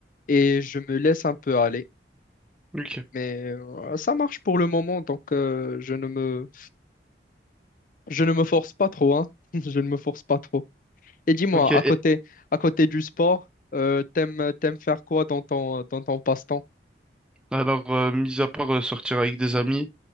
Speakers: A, on the left; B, in the centre.
A: et je me laisse un peu aller.
B: Ok.
A: Mais euh, ça marche pour le moment, donc euh, je ne me je ne me force pas trop, hein. <laughs> Je ne me force pas trop. Et dis-moi,
B: Ok. Et,
A: à côté, à côté du sport, euh, t'aimes, t'aimes faire quoi dans ton, dans ton passe-temps?
B: Alors, euh, mis à part euh, sortir avec des amis,